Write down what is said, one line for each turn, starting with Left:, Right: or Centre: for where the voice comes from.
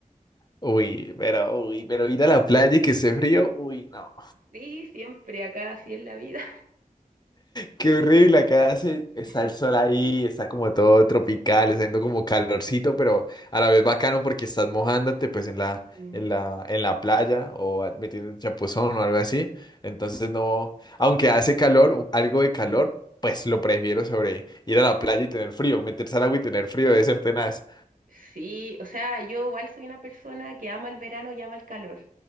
Left: Uy, pero, uy, pero ir a la playa y que esté frío, uy, no.
Right: Sí, siempre, acá así es la vida.
Left: Qué horrible, acá hace,
Right: <laughs>
Left: está el sol ahí, está como todo tropical, está haciendo como calorcito, pero a la vez bacano porque estás mojándote pues en la,
Right: Mm,
Left: en la, en la playa o a- metiendo un chapuzón o algo así. Entonces no, aunque hace calor, u- algo de calor,
Right: mm.
Left: pues lo prefiero sobre ir a la playa y tener frío, meterse al agua y tener frío, debe ser tenaz.
Right: Sí, o sea, yo igual soy una persona que ama el verano y ama el calor.